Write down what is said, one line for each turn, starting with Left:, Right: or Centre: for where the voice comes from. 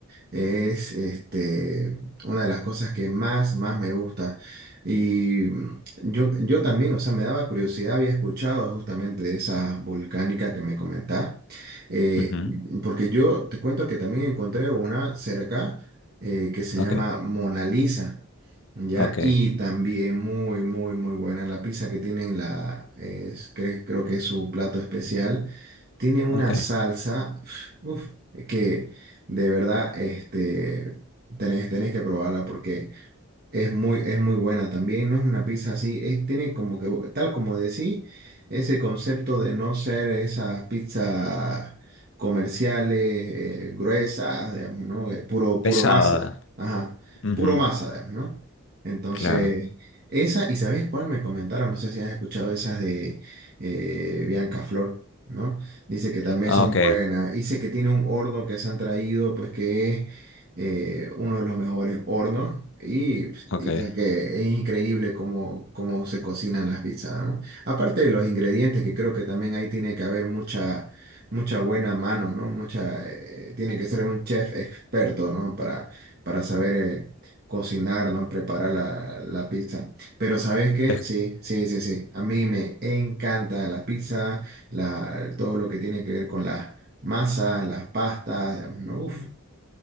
Right: es este, una de las cosas que más, más me gusta. Y mm, yo, yo también, o sea, me daba curiosidad, había escuchado justamente de esa volcánica que me comentás, eh,
Left: Ujú.
Right: porque yo te cuento que también encontré una cerca eh, que se
Left: Ok,
Right: llama Mona Lisa. ¿ya?
Left: ok,
Right: Y también muy, muy, muy buena la pizza que tienen, la, es- cre- creo que es su plato especial. Tiene una
Left: ok.
Right: salsa, uf, que de verdad este, tenés, tenés que probarla porque es muy, es muy buena también, no es una pizza así, es- tiene como que, tal como decí, ese concepto de no ser esas pizzas comerciales, eh, gruesas, digamos, ¿no? Eh, puro, puro
Left: Pesada.
Right: masa, ajá,
Left: Ujú,
Right: puro masa, digamos, ¿no? Entonces,
Left: Claro.
Right: esa, ¿y sabes cuál me comentaron? No sé si has escuchado esas de eh, Bianca Flor, ¿no? Dice que también
Left: Ah,
Right: son
Left: ok,
Right: buenas, dice que tiene un horno que se han traído, pues que es eh, uno de los mejores hornos y pues, dicen
Left: ok.
Right: que es increíble cómo, cómo se cocinan las pizzas, ¿no? Aparte de los ingredientes, que creo que también ahí tiene que haber mucha, mucha buena mano, ¿no? Mucha, eh, tiene que ser un chef experto, ¿no? Para, para saber eh, cocinar, ¿no? Preparar la, la pizza. Pero ¿sabes qué?
Left: Es
Right: Sí, sí, sí, sí. A mí me encanta la pizza, la, todo lo que tiene que ver con las masas, las pastas, ¿no? Uf.